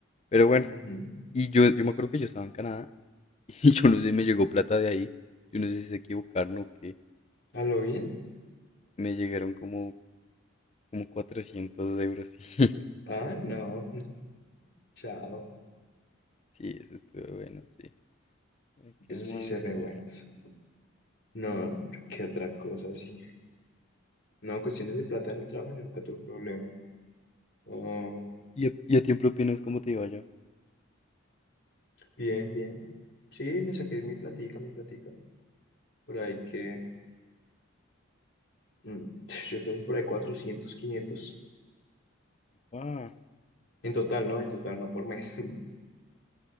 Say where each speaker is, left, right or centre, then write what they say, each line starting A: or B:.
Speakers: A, on the left; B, on the left.
A: pero bueno,
B: ujú.
A: y yo, yo me acuerdo que yo estaba en Canadá, <laughs> y yo no sé, me llegó plata de ahí, yo no sé si se equivocaron o qué,
B: ¿A lo bien?
A: me llegaron como, como 400 euros. <laughs>
B: Ah, no. <laughs> Chao.
A: Sí, sí, eso estuvo bueno, sí. A ver, ¿Qué
B: Eso
A: más?
B: sí se re
A: A
B: buenas.
A: ver.
B: No, qué otra cosa, sí. No, cuestiones de plata en el trabajo, yo nunca tuve problema. Oh.
A: ¿Y a, y a ti en propinas cómo te iba yo?
B: Bien, bien. Sí, me saqué mi platica, mi platica. Por ahí que, mm, <laughs> <sniffs> yo creo que por ahí cuatrocientos quinientos
A: Ah,
B: En total, ¿no? En total, no por mes. <laughs>